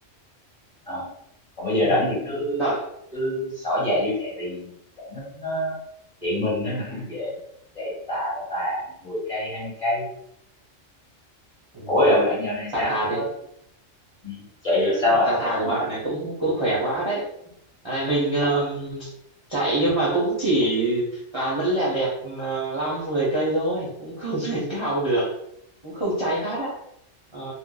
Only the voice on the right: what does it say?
ừ,
rộng
ừ,
tà
tà
đấy
tà tà
của
bạn này cũng cũng khỏe quá đấy dạo này mình ờm, chạy nhưng mà cũng chỉ toàn vẫn lẹt đẹt ờ, năm mười cây thôi cũng không <laughs> lên cao được cũng không cháy hát á Ờ,